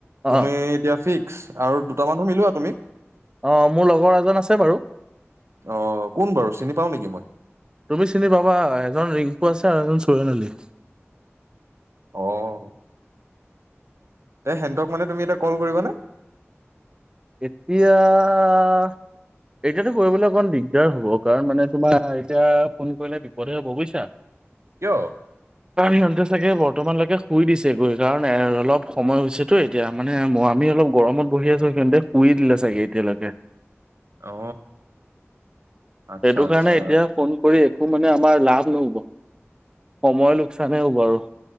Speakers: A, on the right; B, on the right.
A: অ
B: তুমি এতিয়া ফিক্স আৰু দুট মানো মিলোৱা তুমি।
A: অ মোৰ লগৰ এজন আছে বাৰু।
B: অ কোন বাৰু চিনি পাও নেকি মই
A: তুমি চিনি পাবা এজন ৰিং। কো আছে আনন্দ <unintelligible> চোৱনলী।
B: আহ। এ হেতক মানে তুমি এটা কল কৰিবানে?
A: এতিয়া। এতিয়াতো কৰিবলৈ অকমান দিগদাৰ হ'ব কাৰণ মানে তোমাৰ এতিয়া ফোন কৰিলে বিপদহে হব বুজিছা।
B: কিয়?
A: কাৰণ সিহঁতে চাগে বৰ্তমানলৈকে শুই দিছেগৈ কাৰণ এ অলপ সময় হৈছেতো এতিয়া মানে মৰাম। আমি অলপ গৰমত বহি আছো সিহঁতে শুই দিলে চাগে এতিয়ালৈকে।
B: অ। আচ্ছা
A: সেইটো কাৰণে
B: আচ্ছা
A: এতিয়া ফোন কৰি। একো মানে আমাৰ লাভ নহ'ব, সময়ৰ লোকচানে হ'ব আৰু।